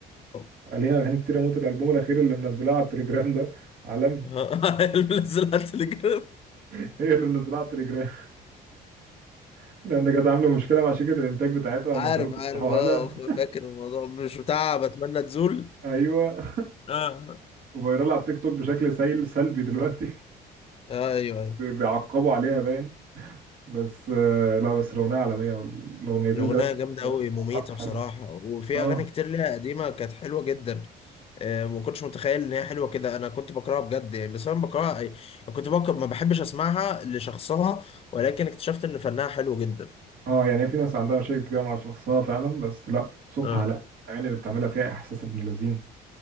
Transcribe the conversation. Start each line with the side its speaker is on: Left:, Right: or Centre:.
Left: آه.
Right: عليها اغاني كتير اموت الالبوم الاخير اللي منزلاه على التليجرام ده عالمي
Left: <laughs> نزلها على التليجرام
Right: <laughs> هي اللي منزلاه على التليجرام <laughs> لان كانت عامله مشكله مع شركه الانتاج بتاعتها وما
Left: عارف
Right: كانوا
Left: عارف
Right: بيفتحوها
Left: اه
Right: لها
Left: ف- فاكر الموضوع مش بتاع بتمنى تزول
Right: ايوه
Left: آه.
Right: فايرال على التيك توك بشكل سيل سلبي دلوقتي
Left: آه ايوه
Right: <laughs>
Left: ايوه
Right: بي- بيعقبوا عليها باين بس آه، لا بس الاغنيه عالميه والاغنيتين
Left: الاغنيه
Right: ثلاثه
Left: جامده قوي مميته
Right: حلو
Left: بصراحه وفي
Right: اه
Left: اغاني كتير ليها قديمه كانت حلوه جدا آه ما كنتش متخيل ان هي حلوه كده انا كنت بكرهها بجد يعني بس انا بكرهها أي- كنت بكره ما بحبش اسمعها لشخصها ولكن اكتشفت ان فنها حلو جدا
Right: اه يعني في ناس عندها مشاكل كتير مع شخصها فعلا بس لا صوتها
Left: اه
Right: على الاغاني اللي بتعملها فيها احساس ابن لذين